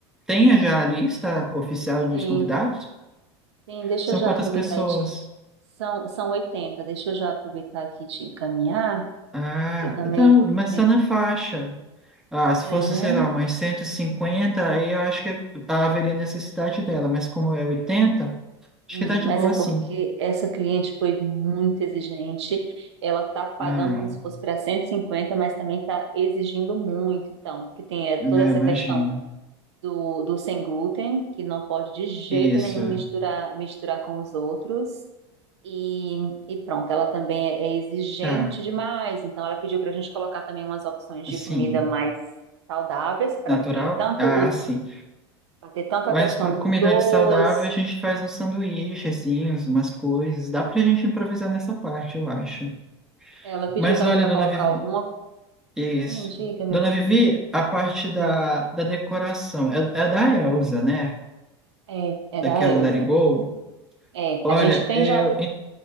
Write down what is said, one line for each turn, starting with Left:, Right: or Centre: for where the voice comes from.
Centre: tenha já a lista oficial dos
Right: Sim,
Centre: convidados?
Right: sim. Deixa
Centre: São
Right: eu já
Centre: quantas
Right: aproveitar
Centre: pessoas?
Right: e te... São, são 80. Deixa eu já aproveitar aqui e te encaminhar,
Centre: Ah,
Right: porque também
Centre: então, mas está
Right: tem.
Centre: na faixa. Ah, se
Right: É,
Centre: fosse,
Right: né?
Centre: sei lá, umas 150, aí eu acho que haveria necessidade dela, mas como é 80, acho
Right: Hum,
Centre: que tá de
Right: mas
Centre: boa
Right: é porque
Centre: sim.
Right: essa cliente foi muito exigente. Ela está pagando
Centre: Ah,
Right: como se fosse para cento e cinquenta mas também está exigindo muito, então, porque tem eh,
Centre: né,
Right: toda essa
Centre: imagino.
Right: questão do, do sem glúten, que não pode de jeito
Centre: Isso,
Right: nenhum misturar, misturar com os outros. E, e pronto, ela também é, é exigente
Centre: tá,
Right: demais. Então, ela pediu para a gente colocar também umas opções
Centre: assim,
Right: de comida mais saudáveis para
Centre: natural?
Right: ter tanto
Centre: Ah,
Right: o,
Centre: sim.
Right: para ter tanto
Centre: Mas
Right: a questão
Centre: para comida
Right: do doce.
Centre: de saudável, a gente faz uns sanduíchezinhos, umas coisas, dá pra gente improvisar nessa parte, eu acho.
Right: Ela pediu
Centre: Mas
Right: também
Centre: olha,
Right: para
Centre: dona
Right: colocar
Centre: Vivi,
Right: alguma
Centre: isso.
Right: Sim, diga, meu
Centre: Dona
Right: querido.
Centre: Vivi, a parte da,
Right: Não,
Centre: da decoração, é, é da Elsa, né?
Right: é, é
Centre: Daquela
Right: da Elsa.
Centre: Let It Go.
Right: É,
Centre: Olha,
Right: a gente tem
Centre: eu,
Right: já.